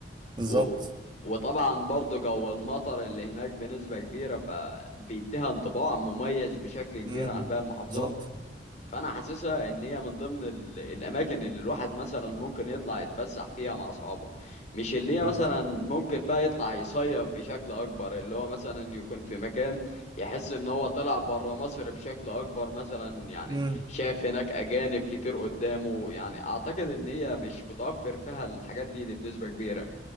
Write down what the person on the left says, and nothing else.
و... وطبعا برضه جو المطر اللي هناك بنسبة كبيرة فبيديها انطباع مميز بشكل كبير
عن باقي المحافظات
فانا حاسسها ان هي من ضمن ال- الاماكن اللي الواحد مثلا ممكن يطلع يتفسح فيها مع اصحابه مش اللي هي
مثلا ممكن بقى يطلع يصيف بشكل اكبر اللي هو مثلا يكون في مكان يحس ان هو طلع بره مصر بشكل اكبر مثلا يعني
شاف هناك اجانب كتير قدامه يعني اعتقد ان هي مش متوفر فيها الحاجات دي, دي بنسبة كبيرة